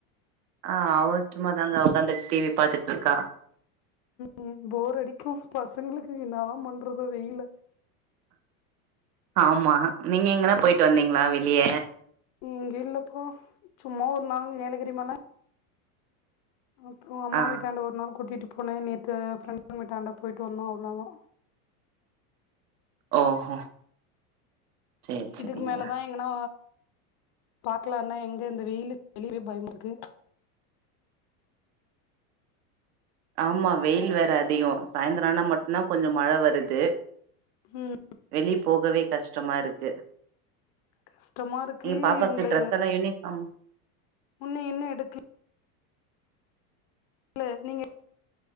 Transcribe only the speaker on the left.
உம் போர் அடிக்கு பசங்களுக்கு என்னாதா பண்றதோ வெயில
ம் இல்லப்ப சும்மா ஒரு நாள் ஏலகிரிமல அப்புறோ அம்மா
வீட்டாண்ட ஒரு நாள் கூட்டிட்டு போனே நேத்து ஃப்ரெண்டாங் வீட்டாண்ட போய்டு வந்தோ அவ்ளோதா
இதுக்கு மேலதா எங்கனா பாக்கலான்னா எங்க இந்த வெயிலு வெளியவே பயமாருக்கு
ம்
கஷ்டமா இருக்கு
இவங்கள
உன்னு இன்னு எடுக் ல நீங்க